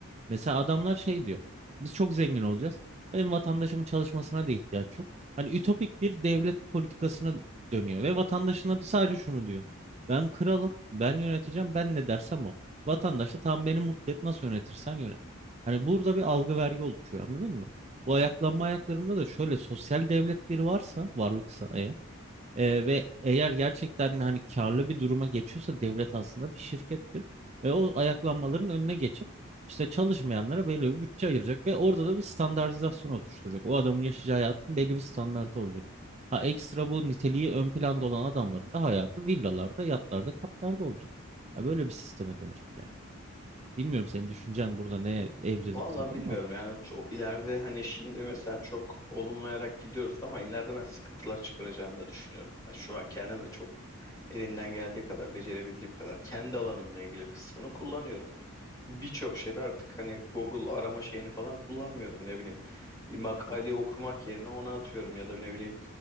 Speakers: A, on the right; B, on the left.
A: Mesela adamlar şey diyor. Biz çok zengin olacağız. Benim vatandaşımın çalışmasına da ihtiyaç yok. Hani ütopik bir devlet politikasına dönüyor ve vatandaşına da sadece şunu diyor. Ben kralım, ben yöneteceğim, ben ne dersem o. Vatandaş da tam beni mutlu et, nasıl yönetirsen yönet. Hani burada bir algı vergi oluşuyor anladın mı? Bu ayaklanma ayaklarında da şöyle sosyal devletleri varsa, varlıksa eğer ee, ve eğer gerçekten hani karlı bir duruma geçiyorsa devlet aslında bir şirkettir. Ve o ayaklanmaların önüne geçip işte çalışmayanlara belli bir bütçe ayıracak ve orada da bir standartizasyon oluşturacak. O adamın yaşayacağı hayatın belli bir standartı olacak. Ha ekstra bu niteliği ön planda olan adamların da hayatı villalarda, yatlarda, katlarda olacak. Ya böyle bir sisteme dönecek yani. Bilmiyorum senin düşüncen burada neye evrilir
B: Vallahi
A: tabii
B: bilmiyorum
A: ama
B: yani çok ileride hani şimdi mesela çok olumlayarak gidiyoruz ama ileride ben sıkıntılar çıkaracağını da düşünüyorum. Ya şu an kendim de çok elimden geldiği kadar becerebildiğim kadar kendi alanımla ilgili kısmını kullanıyorum. Birçok şeyde artık hani Google arama şeyini falan kullanmıyorum ne bileyim. Bir makaleyi okumak yerine ona atıyorum ya da ne bileyim